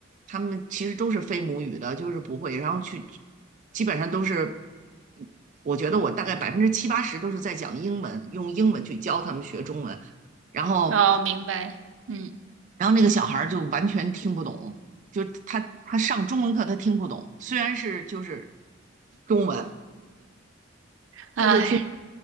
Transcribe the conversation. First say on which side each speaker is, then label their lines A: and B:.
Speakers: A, on the right; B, on the right.
A: 他们其实都是非母语的，就是不会，然后去基本上都是，我觉得我大概百分之七八十都是在讲英文，用英文去教他们学中文，然后
B: 哦，明白。嗯，
A: 然后那个小孩就完全听不懂，就他他上中文课他听不懂，虽然是就是中文，
B: 哎，
A: 他就听。